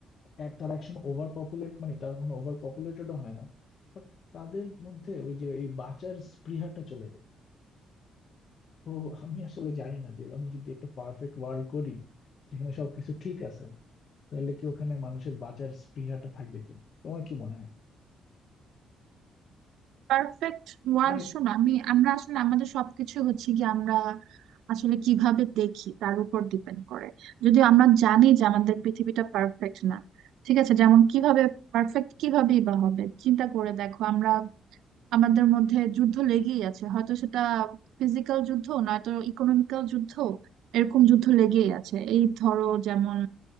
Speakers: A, on the left (about 55°); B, on the right (about 80°).
A: এক তারা একসময় ওভার পপুলেট মানে তারা কখনো ওভার পপুলেটেডও হয় না বাট তাদের মধ্যে ওই যে এই বাঁচার স্পৃহাটা চলে যায় তো আমি আসলে জানি না যে আমি যদি একটা পারফেক্ট ওয়ার্ল্ড করি যেখানে সবকিছু ঠিক আছে তাহলে কি ওখানে মানুষের বাঁচার স্পৃহাটা থাকবে কিনা তোমার কি মনে হয়
B: পারফেক্ট ওয়ার্ল্ড
A: মানে
B: শো না আমি আমরা আসলে আমাদের সবকিছু হচ্ছে কি আমরা আসলে কিভাবে দেখি তার উপর ডিপেন্ড করে যদিও আমরা জানি যে আমাদের পৃথিবীটা পারফেক্ট না ঠিক আছে যেমন কিভাবে পারফেক্ট কিভাবেই বা হবে চিন্তা করে দেখো আমরা আমাদের মধ্যে যুদ্ধ লেগেই আছে হয়তো সেটা ফিজিক্যাল যুদ্ধ নয়তো ইকোনমিক্যাল যুদ্ধ এরকম যুদ্ধ লেগেই আছে এই ধরো যেমন